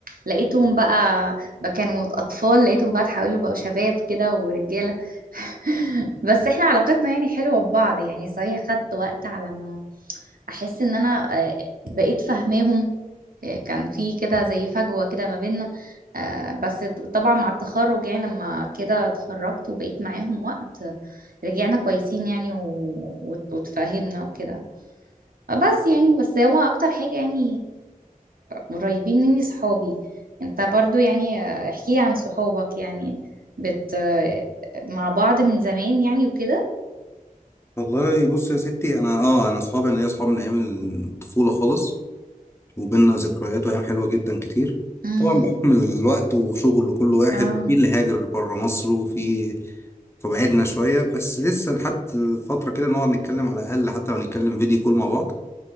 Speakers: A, on the right; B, on the left.
A: لقيتهم بقى بقى كانوا اطفال لقيتهم بقى اتحولوا بقوا شباب كده ورجاله <laughs> بس احنا علاقتنا يعني حلوه ببعض يعني صحيح خدت وقت على ما احس ان انا آه، بقيت فاهماهم كان في كده زي فجوة كده ما بيننا آه، بس طبعا مع التخرج يعني لما كده اتخرجت وبقيت معاهم وقت رجعنا كويسين يعني و- وت- واتفاهمنا وكده آه، بس يعني بس هو اكتر حاجة يعني قريبين مني صحابي انت برضو يعني آه، احكي عن صحابك يعني بت آه، مع بعض من زمان يعني وكده
B: والله بص يا ستي أنا اه أنا أصحابي أنا ليا أصحاب من أيام الطفولة خالص وبيننا ذكريات وأيام حلوة جدا كتير
A: امم
B: طبعا بحكم الوقت وشغل كل واحد
A: اه
B: وفي اللي هاجر بره مصر وفي فبعدنا شوية بس لسه لحد فترة كده نقعد نتكلم على الأقل حتى لو نتكلم فيديو كول مع بعض